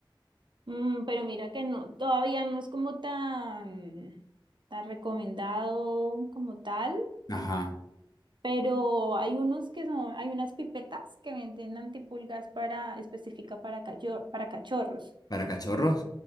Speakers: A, on the right; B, on the left.
A: Mm, pero mira que no, todavía no es como tan, tan recomendado como tal,
B: Ajá.
A: pero hay unos que son, hay unas pipetas que venden antipulgas para, específica para, cachor- para cachorros.
B: ¿Para cachorros?